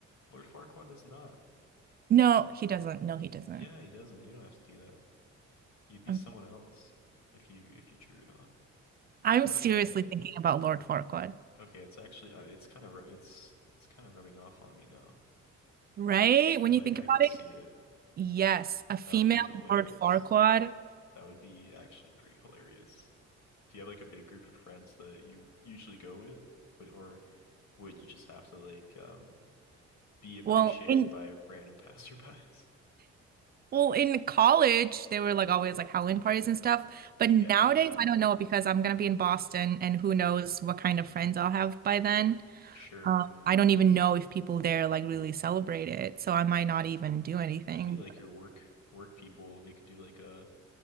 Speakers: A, on the left; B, on the right.
A: Lord Farquaad does not.
B: No, he doesn't. No, he doesn't.
A: Yeah, he doesn't. You don't have to do that. You'd be
B: Okay.
A: someone else if you if you drew it on.
B: I'm seriously
A: Okay.
B: thinking about Lord Farquaad.
A: Okay, it's actually uh, it's kind of it's it's kind of rubbing off on me now.
B: Right? When
A: Like
B: you think
A: I
B: about
A: could
B: it,
A: see it.
B: yes, a female
A: That would be hilarious.
B: Lord Farquaad.
A: That would be actually pretty hilarious. Do you have like a big group of friends that you usually go with, Wh- or would you just have to like um be appreciated
B: Well, in
A: by random <laughs> passerbys?
B: well, in college, they were like always like Halloween parties and stuff. But nowadays,
A: Yeah, yeah.
B: I don't know because I'm gonna be in Boston, and who knows what kind of friends I'll have by then.
A: Sure.
B: Um, I don't even know if people there like really celebrate it, so I might not even do anything.
A: Could be like your work work people. They could do like a